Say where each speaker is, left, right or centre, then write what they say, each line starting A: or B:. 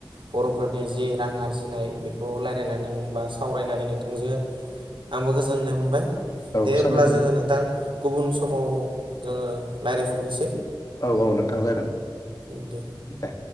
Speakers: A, on the right; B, on the left.
A: बर'फोरनि जि रां आरजिनाय बेखौ रायलायनानै नों बा सावरायनानै नोंथांजो आंबो गोजोननाय मोनबाय।
B: औ
A: दे होमब्ला
B: साबायखर
A: जोङो नोंथां गुबुन समाव जोङो रायज्लायफिननोसै।
B: औ औ नोंथां जागोन।
A: ओं दे।
B: दे